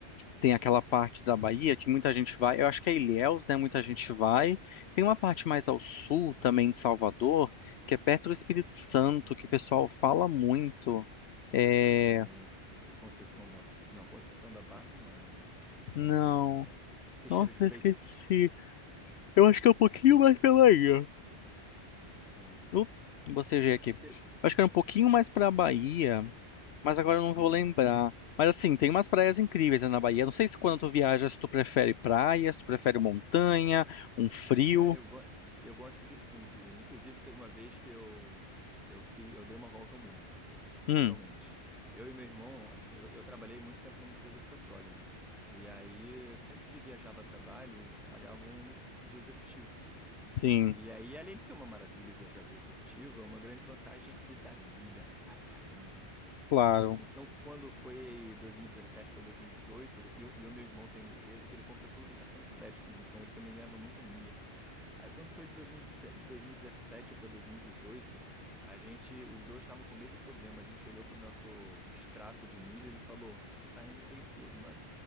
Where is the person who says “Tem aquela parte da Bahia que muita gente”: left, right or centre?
Left